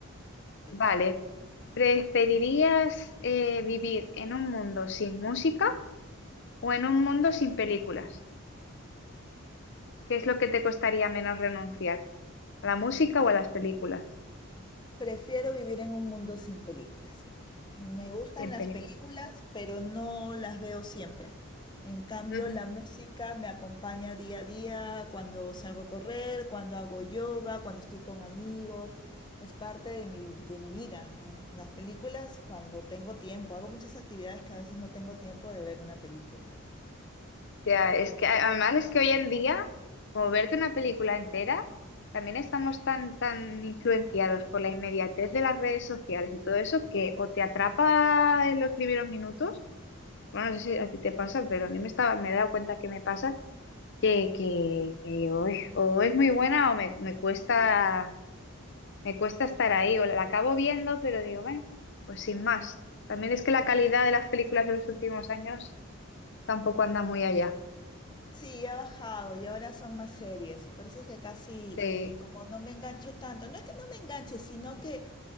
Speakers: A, on the left (about 20°); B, on the left (about 55°).
A: te
B: Vale,
A: toca.
B: ¿preferirías eh, vivir en un mundo sin música o en un mundo sin películas? ¿Qué es lo que te costaría menos renunciar? ¿A la música o a las películas?
A: Prefiero vivir en un mundo sin películas. Me gustan
B: Sin
A: las
B: películas.
A: películas, pero no las veo siempre. En cambio,
B: Ujú.
A: la música me acompaña día a día, cuando salgo a correr, cuando hago yoga, cuando estoy con amigos. Es parte de mi, de mi vida. En las películas, cuando tengo tiempo, hago muchas actividades que a veces no tengo tiempo de ver una película.
B: O sea, es que a- además es que hoy en día, como verte una película entera, también estamos tan, tan influenciados por la inmediatez de las redes sociales y todo eso que o te atrapa en los primeros minutos, bueno, no sé si a ti te pasa, pero a mí me estaba, me he dado cuenta que me pasa que, que, que uy, o es muy buena o me, me cuesta, me cuesta estar ahí, o la acabo viendo, pero digo, bueno, pues sin más. También es que la calidad de las películas de los últimos años tampoco anda muy allá.
A: Sí, ha bajado y ahora son más series. Por eso es que casi,
B: Sí,
A: y como no me engancho tanto, no es que no me enganche, sino que